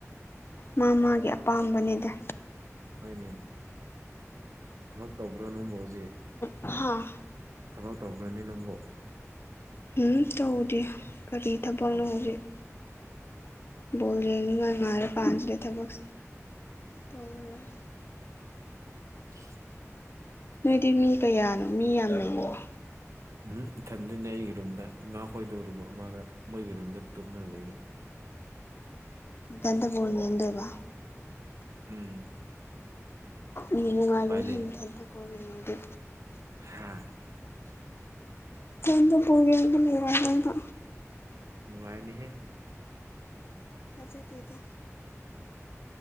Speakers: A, on the left; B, on the right.
A: ꯃꯥ ꯃꯥꯒꯤ ꯑꯄꯥꯝꯕꯅꯤꯗ
B: ꯍꯣꯏꯅꯦ ꯊꯕꯛ ꯇꯧꯕ꯭ꯔꯣ ꯅꯪꯕꯨ ꯍꯧꯖꯤꯛ
A: ꯍꯥꯥ
B: ꯊꯕꯛ ꯇꯧꯕ꯭ꯔꯅꯦ ꯅꯪꯕꯨ
A: ꯍꯨꯝ ꯇꯧꯗꯦ ꯀꯔꯤ ꯊꯕꯛꯅꯣ
B: ꯑꯥꯎ
A: ꯍꯧꯖꯤꯛ ꯕꯣꯜ ꯌꯦꯡꯅꯤꯡꯉꯥꯏ ꯉꯥꯏꯔ ꯀꯥꯟꯁꯤꯗ ꯊꯕꯛ ꯇꯧꯔꯔꯣꯏ
B: <inaudible>
A: ꯅꯣꯏꯗꯤ ꯃꯤ ꯀꯌꯥꯅꯣ ꯃꯤ ꯌꯥꯝ ꯂꯩꯕ꯭ꯔꯣ
B: ꯎꯝ ꯏꯊꯟꯗꯅꯦ ꯑꯩꯒꯤ ꯔꯨꯝꯗ ꯏꯃꯥ ꯈꯣꯏꯗꯣ ꯔꯨꯝ ꯑꯃꯗ ꯃꯣꯏꯒꯤ ꯔꯨꯝꯗ ꯇꯨꯝꯃ ꯂꯩꯌꯦ
A: ꯏꯊꯟꯇ ꯕꯣꯜ ꯌꯦꯡꯗꯨꯏꯕ
B: ꯎꯝ
A: ꯏ ꯅꯨꯡꯉꯥꯏꯔꯣꯏꯍꯦ
B: ꯎꯄꯥꯏ
A: ꯏꯊꯟꯇ ꯕꯣꯜ ꯌꯦꯡꯉꯗꯤ
B: ꯍꯥꯥ
A: ꯏꯊꯟꯇ ꯕꯣꯜ ꯌꯦꯡꯕ ꯅꯨꯡꯉꯥꯏꯔꯣꯏ ꯍꯥꯏꯕ
B: ꯅꯨꯡꯉꯥꯏꯅꯤꯍꯦ
A: ꯊꯥꯖꯗꯦꯗ